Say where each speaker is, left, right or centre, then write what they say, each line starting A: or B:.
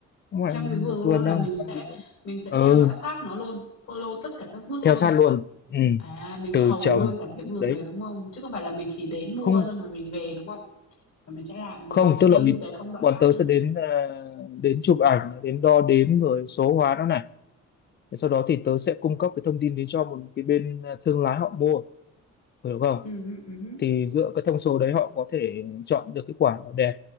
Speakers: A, on the left (about 35°); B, on the left (about 60°).
A: không
B: 100
A: phải là một,
B: cái
A: một
B: vườn luôn
A: vườn
B: là
A: đâu
B: mình
A: một trăm
B: sẽ
A: cái vườn
B: mình sẽ
A: ừ
B: theo dõi sát nó luôn, follow tất cả các bước luôn.
A: theo sát luôn ừ.
B: À, mình
A: từ
B: thầu
A: trồng
B: luôn cả cái vườn
A: đấy
B: đấy, đúng không? Chứ không phải là mình chỉ đến mua
A: không
B: xong rồi mình về, đúng không? và mình sẽ làm
A: không tức
B: thêm
A: là vì
B: những cái công đoạn
A: bọn
B: khác
A: tớ
B: nữa.
A: sẽ đến à, đến chụp ảnh đến đo đếm rồi số hóa nó này Thế sau đó thì tớ sẽ cung cấp cái thông tin đấy cho một cái bên à, thương lái họ mua hiểu không
B: Ừm hứm, ừm hứm.
A: thì dựa cái thông số đấy họ có thể chọn được cái quả nào đẹp